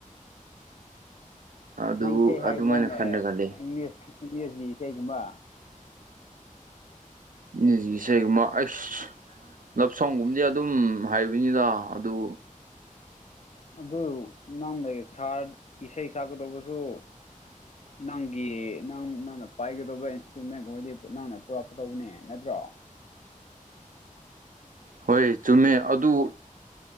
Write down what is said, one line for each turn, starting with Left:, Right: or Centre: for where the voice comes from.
Right: ꯑꯗꯨ
Left: ꯅꯪ ꯏꯁꯩ ꯍꯥꯏꯕ꯭ꯔꯥꯅꯦ
Right: ꯑꯗꯨꯃꯥꯏꯅ ꯈꯟꯔꯒ ꯂꯩ
Left: ꯏꯪꯁ ꯏꯪꯂꯤꯁꯀꯤ ꯏꯁꯩꯒꯨꯝꯕ
Right: ꯏꯪꯂꯤꯁꯀꯤ ꯏꯁꯩꯒꯨꯝꯕ ꯑꯥꯢꯁ ꯂꯞ ꯁꯣꯡꯒꯨꯝꯕꯗꯤ ꯑꯗꯨꯝ ꯍꯥꯏꯕꯅꯤꯗ ꯑꯗꯨ
Left: ꯑꯗꯨ ꯅꯪ ꯑꯩ ꯁꯥꯔꯠ ꯏꯁꯩ ꯁꯛꯀꯗꯧꯕꯁꯨ
Right: <inaudible>
Left: ꯅꯪꯒꯤ ꯅꯪ ꯅꯪꯅ ꯄꯥꯏꯒꯗꯧꯕ ꯏꯟꯁꯇ꯭ꯔꯨꯃꯦꯟꯒꯨꯝꯕꯗꯤ ꯅꯪꯅ ꯄꯨꯔꯛꯀꯗꯧꯕꯅꯦ ꯅꯠꯇ꯭ꯔꯣ
Right: ꯍꯣꯏ ꯆꯨꯝꯃꯦ ꯑꯗꯨ